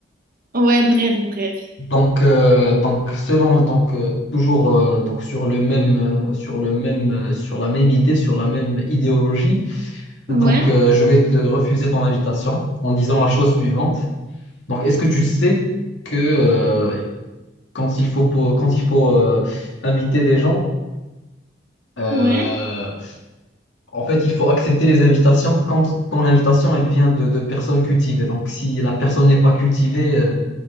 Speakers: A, on the right (about 50°); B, on the left (about 75°).
A: Ouais, bref, bref.
B: Donc euh, donc selon donc euh, toujours euh, donc sur le même euh, sur le même euh, sur la même idée, sur la même idéologie
A: Ouais,
B: Donc, euh, je vais te refuser ton invitation en disant la chose suivante. Donc, est-ce que tu sais que euh, quand il faut, po- quand il faut euh, inviter des gens, euh,
A: ouais.
B: en fait, il faut accepter les invitations quand, quand l'invitation, elle vient de, de personnes cultivées. Donc, si la personne n'est pas cultivée, euh,